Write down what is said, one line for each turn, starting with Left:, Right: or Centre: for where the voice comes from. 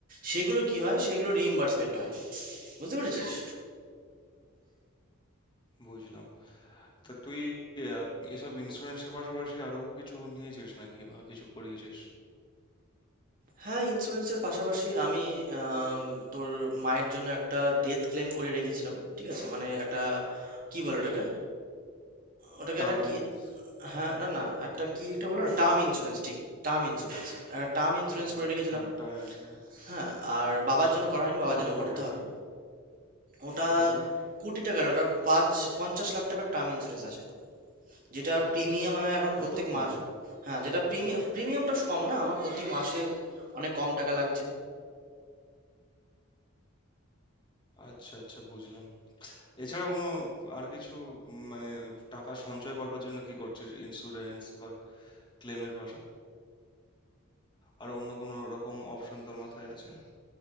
Right: সেগুলো কি হয় সেগুলো রিইম্বার্সমেন্ট হয় বুঝতে পেরেছিস
Left: বুঝলাম। তা তুই আ এসব ইন্সুরেন্সের পাশাপাশি আরো কিছু নিয়েছিস নাকি বা কিছু করিয়েছিস?
Right: হ্যাঁ ইন্স্যুরেন্সের পাশাপাশি আমি আম, তোর মায়ের জন্য একটা ডেথ ক্লেম করে রেখেছিলাম ঠিক আছে মানে একটা কি বলে ওটাকে ওটাকে
Left: Term
Right: একটা কি
Left: insurance
Right: হ্যাঁ না না একটা কি একটা বলো না টার্ম ইন্স্যুরেন্স ঠিক টার্ম ইন্স্যুরেন্স একটা টার্ম ইন্স্যুরেন্স
Left: হ্যাঁ,
Right: করে রেখেছিলাম
Left: টার্ম টার্ম ইন্সুরেন্স।
Right: হ্যাঁ আর বাবার
Left: আচ্ছা।
Right: জন্য করা হয়নি বাবার
Left: কত
Right: জন্য
Left: কোটি
Right: করতে
Left: টাকার?
Right: হবে ওটা
Left: কত টাকার?
Right: কোটি টাকা না ওটা পাঁচ পঞ্চাশ লাখ টাকার টার্ম ইন্স্যুরেন্স আছে যেটা প্রিমিয়াম আমি এখন প্রত্যেক
Left: এত কম?
Right: মাস হ্যাঁ যেটা প্রিমিয়াম প্রিমিয়ামটা কম না আমার প্রতি মাসে অনেক কম টাকা লাগছে
Left: আচ্ছা, আচ্ছা বুঝলাম। এছাড়াও কোনো আর কিছু উম, মানে টাকা সঞ্চয় করবার জন্য কি করছিস? ইন্সুরেন্স বা ক্লেমের পাশা আর অন্য কোনো রকম অপশন তোর মাথায় আছে?